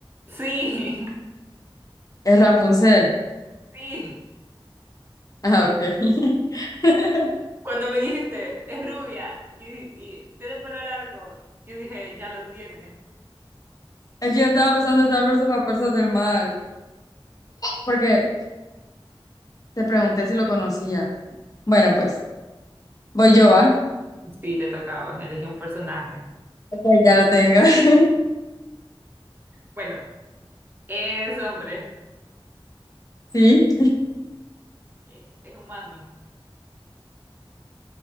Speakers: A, on the right; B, on the left.
A: sí,
B: Es Rapunzel.
A: <laughs> sí.
B: Ah, ok. <laughs>
A: Cuando me dijiste, es rubia y, y tiene pelo largo, yo dije, ya lo tiene.
B: Es que yo estaba pensando en Star versus las fuerzas del mal. Porque te pregunté si lo conocía. Bueno, pues, voy yo, ¿va?
A: Sí, te tocaba, elegí un personaje.
B: Ok, ya lo tengo. <laughs>
A: Bueno, es hombre,
B: Sí.
A: eh, es humano.